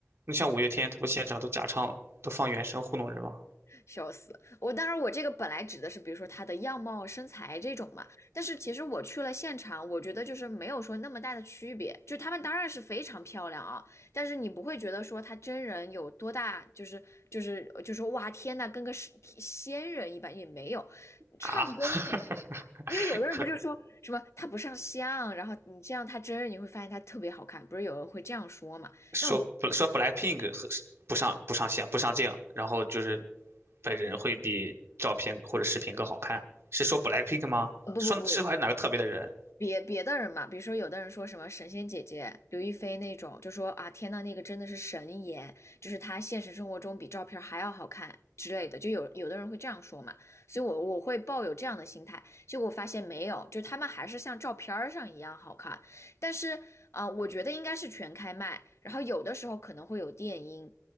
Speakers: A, on the right; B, on the left.
A: 你像五月天，他不现场都假唱，都放原声糊弄人吗？
B: 笑死！我当然，我这个本来指的是，比如说她的样貌、身材这种嘛。但是其实我去了现场，我觉得就是没有说那么大的区别。就她们当然是非常漂亮啊，但是你不会觉得说她真人有多大，就是就是就说哇天呐，跟个是仙人一般也没有。唱功的，
A: 啊，<laughs>
B: 因为有的人不就说什么她不上相，然后你这样她真人你会发现她特别好看，不是有人会这样说嘛？
A: 说不说
B: 那我觉得
A: BLACKPINK 和不上不上线不上镜，然后就是本人会比照片或者视频更好看，是说 BLACKPINK 吗？
B: 呃不不不，
A: 说是还是哪个特别的人？
B: 别别的人嘛，比如说有的人说什么神仙姐姐刘亦菲那种，就说啊天呐，那个真的是神颜，就是她现实生活中比照片还要好看之类的，就有有的人会这样说嘛，所以我我会抱有这样的心态，结果发现没有，就他们还是像照片上一样好看，但是啊、呃我觉得应该是全开麦，然后有的时候可能会有电音，